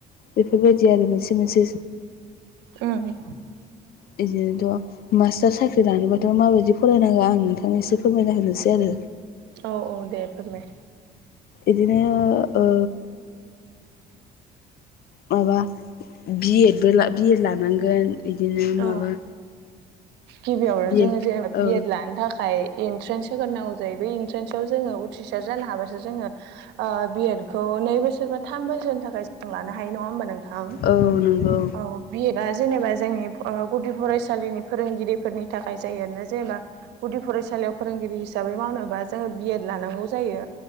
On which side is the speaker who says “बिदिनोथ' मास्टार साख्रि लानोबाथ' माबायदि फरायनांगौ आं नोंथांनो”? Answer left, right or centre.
Left